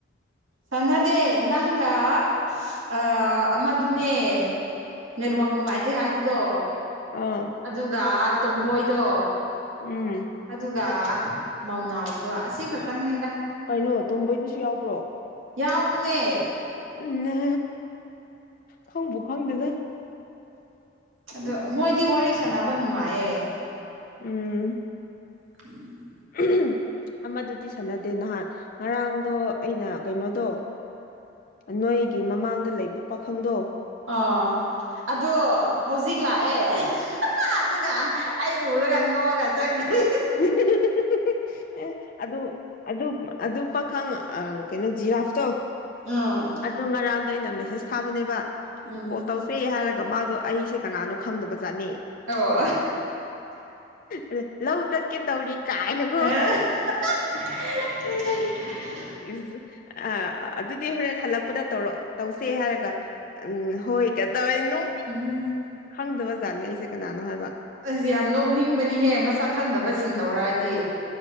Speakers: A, on the right; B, on the left.
A: ꯁꯥꯟꯅꯗꯦ ꯅꯪꯒ ꯑꯥ ꯑꯃꯗꯨꯅꯦ ꯅꯦꯠꯋꯥꯛ ꯅꯨꯡꯉꯥꯏꯇꯦ ꯍꯥꯏꯕꯗꯣ
B: ꯑꯥ
A: ꯑꯗꯨꯒ ꯇꯣꯝꯕꯣꯏꯗꯣ
B: ꯎꯝ
A: ꯑꯗꯨꯒ ꯃꯧꯅꯥꯎꯗꯨꯒ ꯑꯁꯤ ꯈꯛꯇꯪꯅꯤꯅ
B: ꯀꯩꯅꯣ ꯇꯣꯝꯕꯣꯏꯗꯨꯁꯨ ꯌꯥꯎꯕ꯭ꯔꯣ
A: ꯌꯥꯎꯕꯅꯦ
B: ꯎꯝꯅ ꯈꯪꯕꯨ ꯈꯪꯗꯦꯗ
A: ꯑꯗꯣ
B: ꯑꯁ
A: ꯃꯣꯏꯗꯤ ꯋꯥꯔꯤ ꯁꯥꯟꯅꯕ ꯅꯨꯡꯉꯥꯏꯌꯦ
B: ꯎꯝ
A: <unintelligible>
B: <unintelligible> ꯑꯃꯗꯨꯗꯤ ꯁꯥꯟꯅꯗꯦ ꯅꯍꯥꯟ ꯉꯔꯥꯡꯗꯣ ꯑꯩꯅ ꯀꯩꯅꯣꯗꯣ ꯅꯣꯏꯒꯤ ꯃꯃꯥꯡꯗ ꯂꯩꯕ ꯄꯥꯈꯪꯗꯣ
A: ꯑꯣ ꯑꯗꯣ ꯍꯧꯖꯤꯛ ꯂꯥꯛꯑꯦ ꯑꯥ ꯍꯥꯍꯥ ꯑꯗꯨꯒ ꯑꯩ ꯎꯔꯒ ꯅꯣꯛꯑꯒ ꯆꯠꯈ꯭ꯔꯦ
B: <unintelligible> ꯑꯦ ꯑꯗꯨ ꯑꯗꯨ ꯑꯗꯨ ꯄꯥꯈꯪ ꯑꯥ ꯀꯩꯅꯣ ꯖꯤꯔꯥꯐꯇꯣ
A: ꯑꯥ
B: ꯑꯗꯣ ꯉꯔꯥꯡꯗꯣ ꯑꯩꯅ ꯃꯦꯁꯦꯁ ꯊꯥꯕꯅꯦꯕ
A: ꯎꯝ
B: ꯀꯣꯜ ꯇꯧ ꯔꯤ ꯍꯥꯏꯔꯒ ꯃꯥꯗꯣ ꯑꯩꯁꯦ ꯀꯅꯥꯅꯣ ꯈꯪꯗꯕꯖꯥꯠꯅꯤ
A: ꯑꯣ
B: ꯑꯗꯨ ꯂꯧ ꯆꯠꯀꯦ ꯇꯧꯔꯤ ꯀꯥꯏꯅꯒꯣ
A: ꯑ <unintelligible>
B: ꯏꯁ ꯑ ꯑꯗꯨꯗꯤ ꯍꯣꯔꯦꯟ ꯍꯜꯂꯛꯄꯗ ꯇꯧꯔꯛ ꯇꯧꯁꯦ ꯍꯥꯏꯔꯒ ꯎꯝ ꯍꯣꯏ ꯀ ꯇꯧꯋꯦ ꯅꯣ
A: <unintelligible>
B: ꯈꯪꯗꯕꯖꯥꯠꯅꯦ ꯑꯩꯁꯦ ꯀꯅꯥꯅꯣ ꯍꯥꯏꯕ
A: ꯑꯩꯁꯤ ꯌꯥꯝ ꯅꯣꯛꯅꯤꯡꯕꯅꯤꯍꯦ ꯃꯁꯛ ꯈꯪꯗꯕꯁꯤꯡ ꯇꯧꯔꯛꯑꯗꯤ